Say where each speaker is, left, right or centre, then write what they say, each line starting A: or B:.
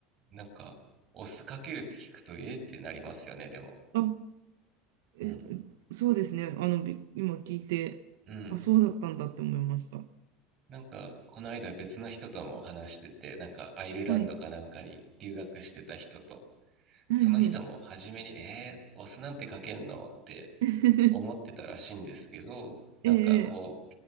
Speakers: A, on the right; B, on the right.
A: なんか、お酢かけるって聞くと、えってなりますよね、でも。
B: あ、え、
A: うん。
B: そうですね。あの、び今聞いて、
A: うん。
B: あ、そうだったんだって思いました。は
A: なんか、この間別の人とも話してて、なんか、アイルランドかなんかに留学してた人と、
B: い。はいはい。
A: その人も初めに、えー、お酢なんてかけんのって
B: <laughs>
A: 思ってたらしいんですけど、なんかこ
B: ええ、ええ